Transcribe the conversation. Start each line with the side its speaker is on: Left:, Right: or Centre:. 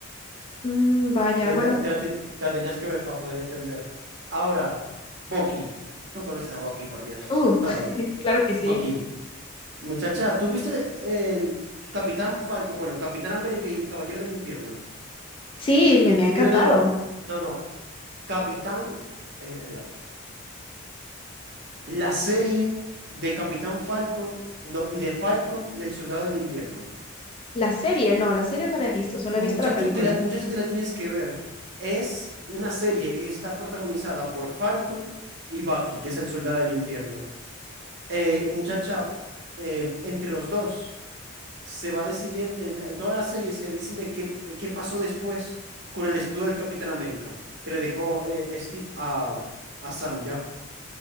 Left: Mm, vaya,
Right: Te,
Left: bueno,
Right: te- te la, te- te la tenías que ver para poder entender. Ahora, Bucky. Tú conoces a Bucky, por Dios.
Left: uh,
Right: Todo.
Left: <laughs> claro que sí.
Right: Bucky. Muchacha, ¿tú viste el Capitán Falcon? Bueno, Capitán América y el Caballero del Invierno.
Left: Sí, me, me ha encantado.
Right: Digo, no, no. No, no. Capitán. eh, eh, la serie de Capitán Falcon no, y de Falcon y el Soldado del Invierno.
Left: La serie, no, la serie no la he visto, solo
Right: Muchacho,
Left: he visto la película.
Right: te la, muchacho, te la tienes que ver. Es una serie que está protagonizada por Falcon y Bucky, que es el Soldado del Invierno. eh, muchacha, eh, entre los dos, se va decidiendo, en, la- en toda la serie se decide qué, qué pasó después con el escudo del Capitán América, que le dejó eh, Steve a, a Sam, ¿ya?